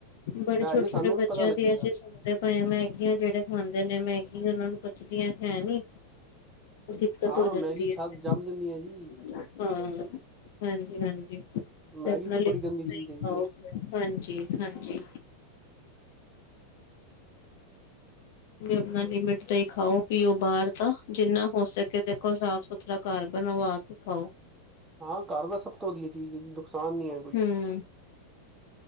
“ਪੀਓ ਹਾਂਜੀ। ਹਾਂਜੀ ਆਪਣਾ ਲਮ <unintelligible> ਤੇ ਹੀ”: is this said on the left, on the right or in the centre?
Left